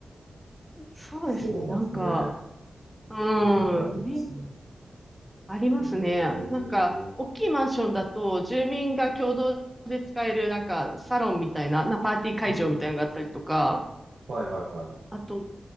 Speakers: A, in the centre; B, on the right.
A: そうですね、
B: そうなんですね。
A: なんか、うん、
B: そういうのがあるんですね。
A: みんありますね。
B: うーん。
A: なんか、大きいマンションだと、住民が共同で使える、なんか、サロンみたいな、な、パーティー会場みたいなのがあったりとか、
B: うん。はいはいはい
A: あと、